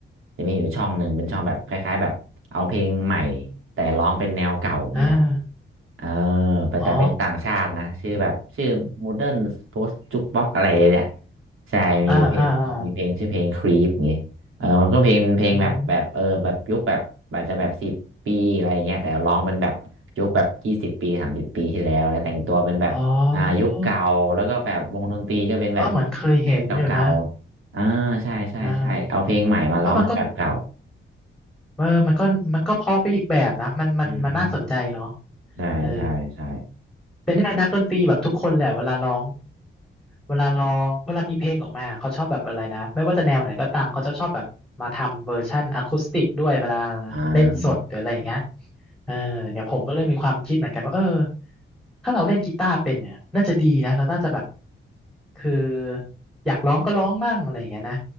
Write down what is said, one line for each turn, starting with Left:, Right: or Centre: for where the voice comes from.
Right: จะมีอยู่ช่องหนึ่งเป็นช่องแบบคล้ายๆแบบเอาเพลงใหม่แต่ร้องเป็นแนวเก่าเงี้ยครับ
Centre: อ่า
Right: เออแต่แต่เป็นต่างชาตินะชื่อแบบชื่อ
Centre: อ๋อ
Right: Modern Post Jukebox อะไรเนี่ยใช่มีอยู่เพลงมีเพลงชื่อเพลง
Centre: อ่าอ่าอ่า
Right: Creep เงี้ยเออมันก็เพลงเพลงแบบแบบเออแบบยุคแบบอาจจะแบบสิบปีอะไรเงี้ยแต่ร้องเป็นแบบยุคแบบยี่สิบปีสามสิบปีที่แล้วแล้วแต่งตัวเป็นแบบอ่ายุคเก่าแล้วก็แบบวงดนตรีก็เป็นแบบ
Centre: อืมอ๋อเออเหมือนเคยเห็นอยู่นะ
Right: เล่นเก่าๆอ่าใช่ใช่ใช่เอาเพลงใหม่มาร้องแบบเก่า
Centre: อ่าเออมันก็เออมันก็มันก็เพอไปอีกแบบนะ มันมันมันน่าสนใจเนาะ
Right: อืมอืมใช่ใช่ใช่
Centre: เออแต่เนี่ยนักดนตรีแบบทุกคนแหละเวลาร้อง เวลาร้องเวลามีเพลงออกมาเขาชอบแบบอะไรนะไม่ว่าจะแนวไหนก็ตามเขาจะชอบแบบมาทำเวอร์ชั่นอะคูสติกด้วยเวลา
Right: อ่า
Centre: เล่นสดหรืออะไรอย่างเงี้ยเออเนี่ยผมก็เลยมีความคิดเหมือนกันว่าเออถ้าเราเล่นกีตาร์เป็นเนี่ยน่าจะดีนะเราน่าจะแบบคืออยากร้องก็ร้องมั่งอะไรอย่างเงี้ยนะ